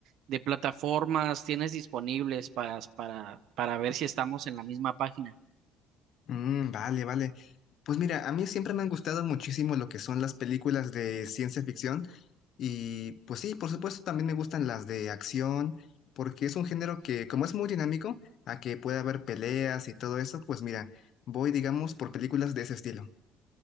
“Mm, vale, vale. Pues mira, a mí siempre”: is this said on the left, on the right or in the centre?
Left